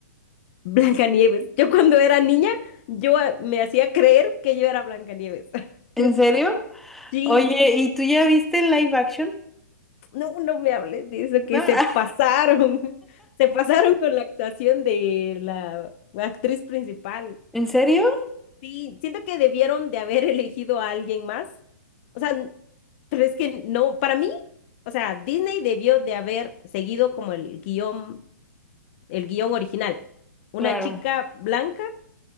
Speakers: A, on the left (about 40°); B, in the centre.
A: <laughs> Blancanieves. Yo cuando era niña, yo eh, me hacía creer que yo era Blancanieves. <laughs>
B: ¿En serio?
A: Sí,
B: Oye, ¿y tú ya viste el live action?
A: No, no me hables de eso, que
B: ¿No?
A: se
B: <laughs>
A: pasaron, <laughs> se pasaron con la actuación de la actriz principal.
B: ¿En serio?
A: Sí, siento que debieron de haber elegido a alguien más. O sea, n- pero es que no, para mí, o sea, Disney debió de haber seguido como el guión, el guión original. Una
B: Claro,
A: chica blanca